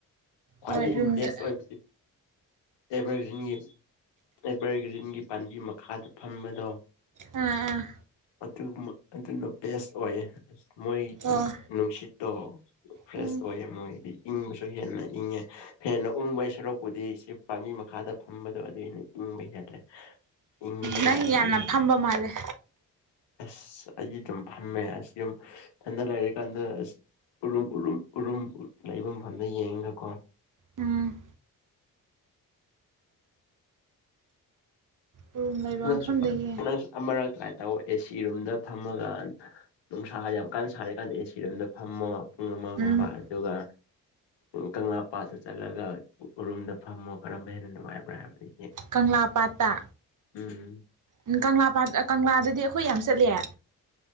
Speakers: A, on the left; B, on the right.
A: ꯈ꯭ꯋꯥꯏꯗꯒꯤ
B: ꯍꯣꯏ ꯔꯨꯝꯗ
A: ꯕꯦꯁ ꯑꯣꯏꯕꯗꯤ ꯑꯦꯚꯔꯒ꯭ꯔꯤꯟꯒꯤ ꯑꯦꯚꯔꯒ꯭ꯔꯤꯟꯒꯤ ꯄꯥꯝꯕꯤ ꯃꯈꯥꯗ ꯐꯝꯕꯗꯣ
B: ꯑꯥ ꯑꯥ
A: ꯑꯗꯨ ꯑꯗꯨꯅ ꯦꯁ ꯑꯣꯏ ꯃꯣꯏꯗꯤ
B: ꯑꯣ
A: ꯅꯨꯡꯁꯤꯠꯇꯣ ꯐ꯭ꯔꯦꯁ
B: ꯎꯝ
A: ꯑꯣꯏꯌꯦ ꯃꯣꯏꯗꯤ ꯏꯪꯕꯁꯨ ꯍꯦꯟꯅ ꯏꯪꯉꯦ ꯍꯦꯟꯅ ꯎꯪꯕꯒꯤ ꯁꯔꯨꯛꯄꯨꯗꯤ ꯁꯤ ꯄꯥꯝꯕꯤ ꯃꯈꯥꯗ ꯐꯝꯕꯗꯣ ꯑꯗꯨꯒꯤꯅꯤ ꯏ ꯍꯥꯏ ꯏ ꯃ
B: ꯅꯪ
A: ꯃꯥꯗ
B: ꯌꯥꯝꯅ
A: ꯍꯥꯏꯅ
B: ꯐꯝꯕ ꯃꯥꯜꯂꯦ
A: ꯑꯁ ꯑꯩ ꯑꯗꯨꯝ ꯐꯝꯃꯦ ꯑꯁ ꯌꯨꯝꯊꯟꯗ ꯂꯩꯔꯤꯀꯥꯟꯗ ꯑꯁ ꯎꯔꯨꯝ ꯎꯔꯨꯝ ꯎꯔꯨꯝ ꯂꯩꯚꯝ ꯍꯥꯟꯅ ꯌꯦꯡꯗꯀꯣ
B: ꯎꯝ ꯎꯔꯨꯝ ꯂꯩꯕ
A: ꯅꯪꯁꯨ
B: ꯃꯐꯝꯗꯒꯤ
A: ꯅꯪꯁꯨ ꯑꯃꯔꯛ ꯇ꯭ꯔꯥꯏ ꯇꯧ ꯑꯦꯁꯤ ꯔꯨꯝꯗ ꯐꯝꯃꯀꯥꯟ ꯅꯨꯡꯁꯥ ꯌꯥꯝ ꯀꯟ ꯁꯥꯔꯤꯀꯥꯟꯗ ꯑꯦꯁꯤ ꯔꯨꯝꯗ ꯐꯝꯃꯣ ꯄꯨꯡ ꯑꯃꯒꯨꯝꯕ
B: ꯎꯝ
A: ꯑꯗꯨꯒ ꯀꯪꯂꯥ ꯄꯥꯠꯇ ꯆꯠꯂꯒ ꯎꯔꯨꯝꯗ ꯐꯝꯃꯣ ꯀꯔꯝꯕ ꯍꯦꯟꯅ ꯅꯨꯡꯉꯥꯏꯕ꯭ꯔꯥ ꯍꯥꯏꯕꯗꯤ
B: ꯀꯪꯂꯥ ꯄꯥꯠꯇ
A: ꯎꯝ
B: ꯎꯝ ꯀꯪꯂꯥ ꯄꯥꯠꯇ ꯀꯪꯂꯥꯗꯗꯤ ꯑꯩꯈ ꯈꯣꯢ ꯌꯥꯝ ꯆꯠꯂꯦ